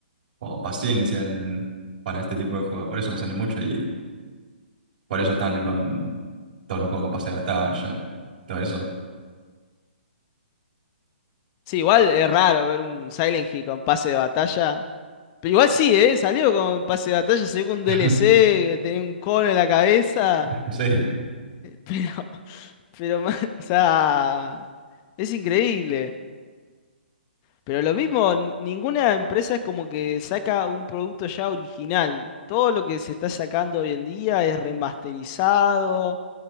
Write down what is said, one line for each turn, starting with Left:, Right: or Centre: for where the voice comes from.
Right: como paciencia en- para este tipo de juegos. Por eso no sale mucho y por eso están con todos los juegos con pase de batalla, todo eso.
Left: Sí, igual es raro ver un Silent Hill con pase de batalla. Pero igual sí, ¿eh? Salió con pase de batalla, salió con un
Right: <laughs>
Left: DLC, que tenía un cono en la cabeza.
Right: En serio,
Left: Pero, <laughs> pero, ma- o sea, es increíble. Pero lo mismo, n- ninguna empresa es como que saca un producto ya original. Todo lo que se está sacando hoy en día es remasterizado,